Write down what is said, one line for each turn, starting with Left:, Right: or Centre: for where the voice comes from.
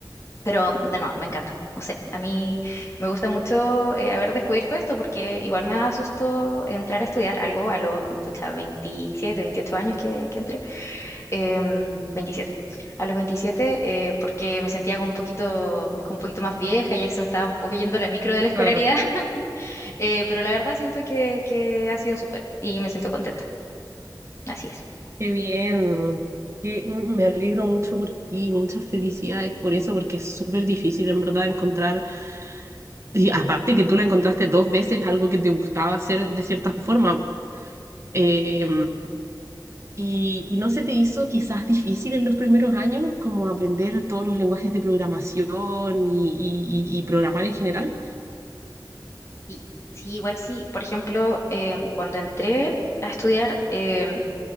Left: pero de nuevo, me encanta. No sé, a mí me gusta mucho eh, haber descubierto esto porque igual me da susto entrar a estudiar algo a los pucha, 27, 28 años que, que entré. Em, 27. A los 27, eh, porque me sentía como un poquito, como un poquito más vieja, ya que se me estaba un poco yendo la micro de la escolaridad,
Right: Claro,
Left: <laughs> eh, pero la verdad siento que, que ha sido súper y me siento contenta. Así es.
Right: qué bien. Qué- mm, me alegro mucho por ti, muchas felicidades por eso, porque es súper difícil en verdad encontrar, y aparte que tú lo encontraste dos veces, algo que te gustaba hacer de cierta forma. Eh, y, y no se te hizo quizás difícil en los primeros años, como aprender todos los lenguajes de programación y, y, y y programar en general.
Left: Sí, sí, igual sí. Por ejemplo, em, cuando entré a estudiar, em,